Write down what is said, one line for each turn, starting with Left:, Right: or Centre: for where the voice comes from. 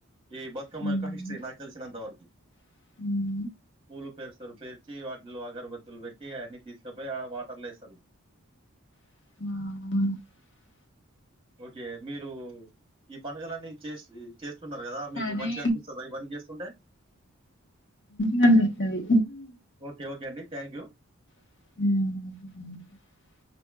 Right: ఈ బతుకమ్మ
Left: హ్మ్.
Right: యొక్క హిస్టరీ నాకు తెలిసినంత వరకు
Left: <inaudible>
Right: పూలు పేరుస్తారు పేర్చి వాటిలో అగరబత్తులు పెట్టి అన్నిీ తీసుకపోయి వాటర్ల ఎస్తారు
Left: <inaudible>
Right: ఓకే మీరు ఈ పండుగలన్నీ చేసి చేస్త చేస్తూన్నారు కదా
Left: సరే
Right: మీకు మంచిగా అనిపిస్తుందా ఇవన్న చేస్తుంటే
Left: కపిస్తది
Right: ఓకే. ఓకే అండి. Thank you
Left: a